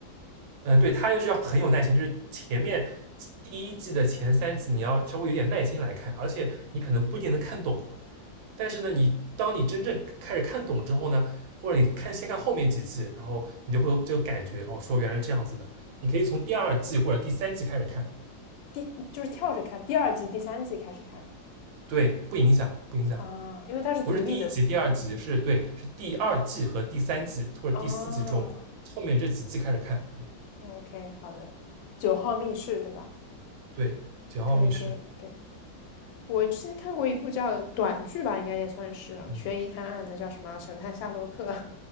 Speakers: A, on the right; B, on the left.
A: 嗯，对，它就是要很有耐心，就是前面第一季的前三集你要稍微有点耐心来看，而且你可能不一定能看懂。但是呢，你当你真正开始看懂之后呢，或者你看先看后面几季，然后你就会有这个感觉，哦，说原来是这样子的。你可以从第二季或者第三季开始看，
B: 第就是跳着看，第二季、第三季开始看
A: 对，不影响，不影响。
B: 啊，因为它是独立的
A: 不是第一集、第二集，是对，是第二季和第三季或者第四季中
B: 啊。
A: 后面这几季开始看。
B: OK，好的。九号密室对吧？
A: 对，《九号密室》，
B: 可以可以可以。我之前看过一部叫短剧吧，应该也算是啊悬疑探案的，
A: 嗯，
B: 叫什么啊《神探夏洛克》